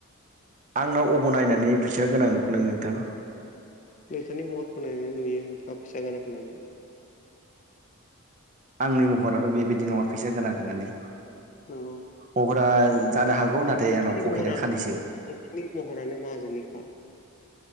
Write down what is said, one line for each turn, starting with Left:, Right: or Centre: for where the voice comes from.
Right: आंनाव अबाव नायनानै फैसा गोनां नुखो नों नोंथां
Left: नोंथांनि महरखौ नायनानै नुयो नोंथानाव फैसा दङ' होननानै
Right: आंनि महराथ' बेबायदि नङा फैसा गोनां होननानै
Left: नोंगौ
Right: महरा जानो हागौ नाथाय
Left: नोंथांनि
Right: आंनाव पकेटआ
Left: महरानो
Right: खालिसो
Left: नोंथांनि महरानो माहाजोननिखा